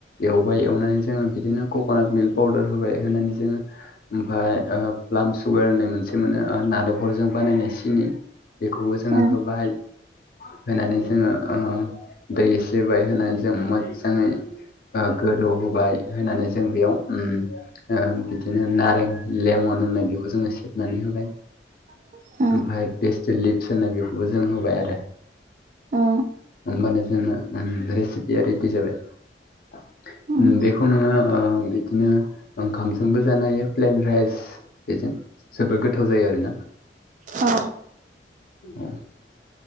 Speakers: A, on the left; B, on the right.
A: एवबाय एवनानै जोङो बिदिनो कक'नाट मिल्क पाउदार होबाय होनानै जोङो ओमफाय ओ प्लाम सुगार होननाय मोनसे मोनो नालेंखरजों बानायनाय सिनि बेखौबो जोङो
B: ओ
A: होबाय होनानै जोङो ओ दै एसे होबाय होनानै जों मोजाङै ओ गोदौ होबाय होनानै जों बेयाव ओ बिदिनो नारें लेमन होननाय बेखौ जोङो सेबनानै होबाय
B: <inaudible>
A: ओमफाय बेस्टेल लिप्स होनाय बेखौबो जों होबाय आरो
B: ओ
A: होमबानो जोंना रेसिपिआ रिदि जाबाय
B: ओं
A: बेखौ नोङो ओ बिदिनो ओंखामजोंबो जानो हायो प्लेन राइस बेजों जोबोद गोथाव जायो आरोना
B: औ
A: औ